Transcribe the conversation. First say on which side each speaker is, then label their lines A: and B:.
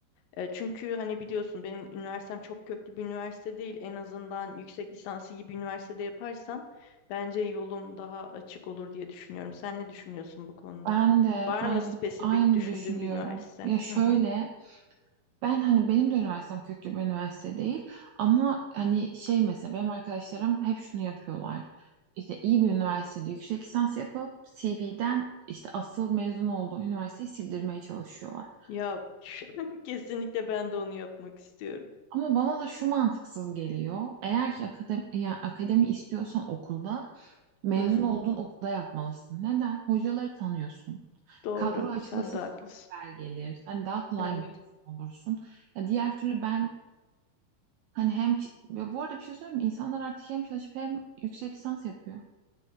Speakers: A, on the left (about 80°); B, on the right (about 80°).
A: E, çünkü hani biliyorsun benim üniversitem çok köklü bir üniversite değil. En azından yüksek lisansı iyi bir üniversitede yaparsam bence yolum daha açık olur diye düşünüyorum. Sen ne düşünüyorsun bu konuda?
B: Ben de
A: Var
B: aynı
A: mı spesifik
B: aynı
A: düşündüğün
B: düşünüyorum.
A: bir üniversite?
B: Ya şöyle
A: Hı hı.
B: Ben hani benim de üniversitem köklü bir üniversite değil ama hani şey mesela benim arkadaşlarım hep şunu yapıyorlar. İşte iyi bir üniversitede yüksek lisans yapıp CV'den işte asıl mezun olduğu üniversiteyi sildirmeye çalışıyorlar.
A: Ya <laughs> kesinlikle ben de onu yapmak istiyorum.
B: Ama bana da şu mantıksız geliyor. Eğer ki akademi, yani akademi istiyorsan okulda mezun
A: Hmm,
B: olduğun okulda yapmalısın. Neden? Hocaları tanıyorsun.
A: doğru.
B: Kadro açılırsa
A: Sen de
B: sana
A: haklısın.
B: haber gelir. Hani daha kolay
A: Evet.
B: mezun olursun. Ya diğer türlü ben Hani hem ç- ve bu arada bir şey söyleyeyim mi? İnsanlar artık hem çalışıp hem yüksek lisans yapıyor.